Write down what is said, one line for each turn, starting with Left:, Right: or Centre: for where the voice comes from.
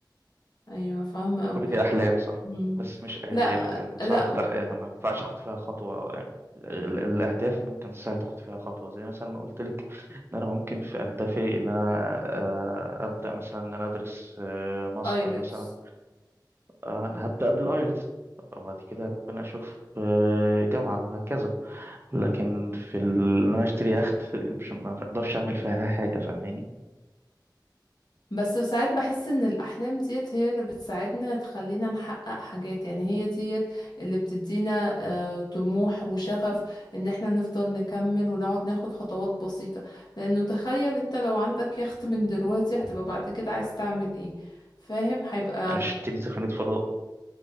Left: ايوه فاهمه قوي
Right: كل دي أحلام صح
Left: مم.
Right: بس مش أهداف
Left: لا
Right: لأن
Left: آه،
Right: ساعات
Left: لا
Right: بتحققها ما ينفعش أخد فيها خطوة يعني ال- الأهداف ممكن سهل تاخد فيها خطوة زي مثلا ما قلت لك إن أنا ممكن في أهدافي إن أنا آه، أبدأ مثلا إن أنا أدرس آه، ماستر
Left: ايلتس
Right: مثلا آه، أنا هبدأ بالآيلتس وبعد كده ممكن أشوف آه، جامعة وهكذا لكن في ال- إن أنا أشتري يخت دي مش ما أقدرش أعمل فيها حاجة فاهماني
Left: بس ساعات بحس ان الاحلام ديت هي اللي بتساعدنا تخلينا نحقق حاجات يعني هي ديت اللي بتدينا آه، طموح وشغف ان احنا نفضل نكمل ونقعد ناخد خطوات بسيطة لانه تخيل انت لو عندك يخت من دلوقتي هتبقى بعد كده عايز تعمل ايه فاهم هيبقى
Right: أشتري سفينة فضاء